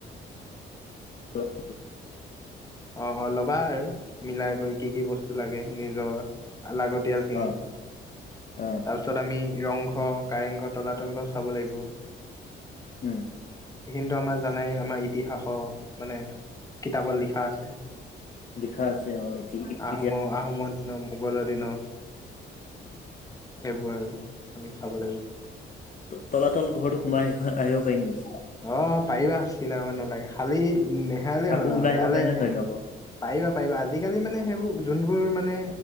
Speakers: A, on the left (about 40°); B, on the left (about 15°).
A: <inaudible>
B: অ-অ ল'বা আৰু মিলাই কৰি কি কি বস্তু লাগে নিজৰ আ লাগতিয়ালখিনি।
A: অ, অ।
B: তাৰপিছত আমি ৰংঘৰ, কাৰেংঘৰ, তলাতল ঘৰ চাব লাগিব।
A: উম।
B: সেইখিনিতো আমাৰ জানে, আমাৰ ইতিহাসৰ মানে কিতাপত লিখা আছ
A: লিখা আছে অ, ইতি ই
B: আহোমৰ-আহোমৰ দিনৰ, মোগলৰ দিনৰ। সেইবোৰ আৰু আমি খাব লাগিব।
A: ত তলাতল ঘৰটো সোমাই আহি আহিব পাৰি নিকি?
B: অ, পাৰিবা চিনাব নালাগে, খালি নেহেয়ালে
A: আকৌ
B: হ'ল আৰু
A: ওলাই
B: সেয়ালে।
A: আহিব আকৌ
B: পাৰিবা-পাৰিবা আজিকালি মানে সেইবোৰ, যোনবোৰ মানে